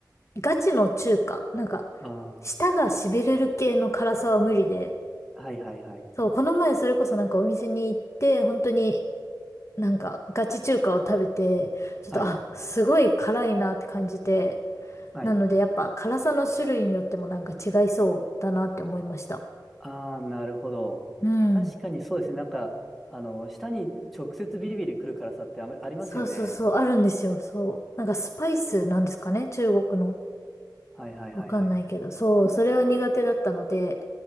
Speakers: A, on the left (about 40°); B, in the centre.
A: ガチの中華、なんか、
B: ああ。
A: 舌が痺れる系の辛さは無理で、
B: はいはいはい。
A: そう、この前それこそなんかお店に行って、本当になんかガチ中華を食べて、ちょっと、
B: はい。
A: あ、すごい辛いなって感じて、
B: はい。
A: なのでやっぱ辛さの種類によってもなんか違いそうだなって思いました。
B: ああ、なるほど。
A: うん。
B: 確かにそうですね。なんか、あの、舌に直接ビリビリ来る辛さってあまりありますよね。
A: そうそうそう、あるんですよ、そう。なんかスパイスなんですかね、中国の。
B: はいはいはいはい。
A: わかんないけど、そう、それは苦手だったので、